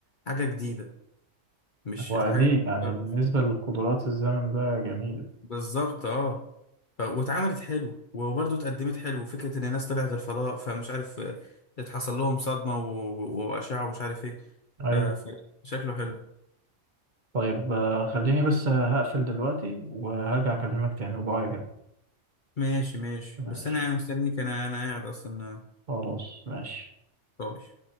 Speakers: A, on the left; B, on the right.
A: حاجة جديدة مش
B: هو
A: حاجة
B: قديم
A: بتتكرر.
B: يعني بالنسبة للقدرات الزمن ده جميل
A: بالظبط اه ف... واتعملت حلو وبرضه اتقدمت حلو فكرة ان الناس طلعت الفضاء فمش عارف آه، اتحصل لهم صدمة و... و- وأشعة ومش عارف ايه
B: ايوه
A: ف... فشكله حلو
B: طيب آه، خليني بس هقفل دلوقتي وهرجع اكلمك تاني رباية كده
A: ماشي ماشي
B: ماشي
A: بس انا يعني مستنيك انا انا قاعد اصلا آه،
B: خلاص ماشي
A: طوش